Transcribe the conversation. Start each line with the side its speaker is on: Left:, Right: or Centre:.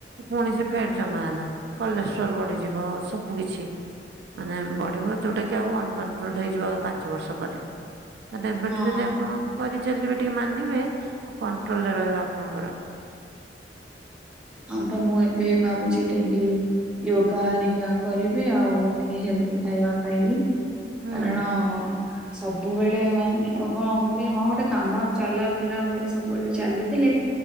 Right: ପୁଣି ସେ ଫ୍ୟାଟ୍ ଜମା ହେଲା, କଲେଷ୍ଟ୍ରୋଲ ବଢିଯିବ ସବୁ କିଛି ମାନେ ବଢିବ ଯୋଉଟା କି ଆଉ ଅନକଣ୍ଟ୍ରୋଲ ହେଇଯିବ ଆଉ ପାଞ୍ଚ ବର୍ଷ ପରେ। ତାହେଲେ ଏବେଠୁ
Centre: ହଁ।
Right: ଯଦି ଆପଣ କରିଚାଲିବେ ଟିକେ ମାନିବେ ଆଉ କଣ୍ଟ୍ରୋଲ ରେ ରହିବ ଆପଣଙ୍କର।
Centre: ହଁ ବା ମୁଁ ଏବେ ଭାବୁଚି ଡ଼େଲି ୟୋଗା ହରିକା କରିବି, ଆଉ ଟିକେ ହେଲ୍ଦି ଖାଇବା ଖାଇବି।
Right: ହୁଁ
Centre: କାରଣ ସବୁବେଳେ ମାନେ କଣ ଗୋଟେ ହଁ ଗୋଟେ କାମ ଚାଲା ବୁଲା ଗୋଟେ ସବୁବେଳେ ଚାଲିଥିଲେ